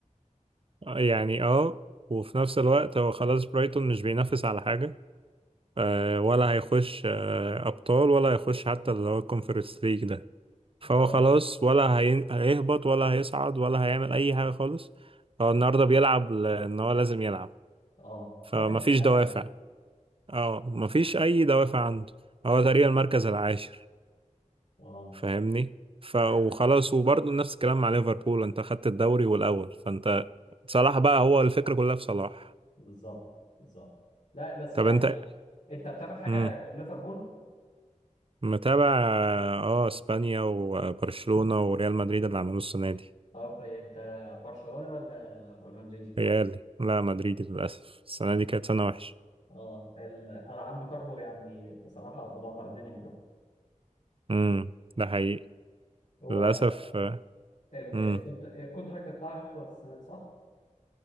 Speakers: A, on the right; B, on the left.
A: يعني اه وفي نفس الوقت هو خلاص برايتون مش بينافس على حاجة آه، ولا هيخش آه، أبطال ولا هيخش حتى اللي هو الكونفرنس ليج ده فهو
B: اه
A: خلاص ولا هي- هيهبط ولا هيصعد ولا هيعمل أي حاجة خالص هو النهاردة بيلعب لأن هو لازم يلعب
B: اه
A: فمفيش
B: فاقد الامل
A: دوافع
B: يعني
A: اه مفيش أي دوافع عنده هو تقريبا المركز العاشر
B: اه
A: فاهمني ف وخلاص
B: يعني
A: وبرضه نفس الكلام مع ليفربول انت خدت الدوري والأول فانت صلاح بقى هو الفكرة كلها في صلاح
B: بالظبط بالظبط لا بس
A: طب
B: يعني
A: انت
B: انت بتابع حاجه
A: مم.
B: غير ليفربول
A: متابع اه اسبانيا وبرشلونة وريال مدريد اللي عملوه السنة دي
B: طب انت برشلوني ولا ولا مدريدي
A: ريال لا مدريد للأسف السنة دي كانت سنة وحشة
B: اه ال- العم كارلو يعني بصراحه مدمر الدنيا عندكم
A: امم ده حقيقي
B: هو
A: للأسف
B: ال-
A: امم
B: الكونت- الكونتراكت بتاعه هيخلص السنه دي صح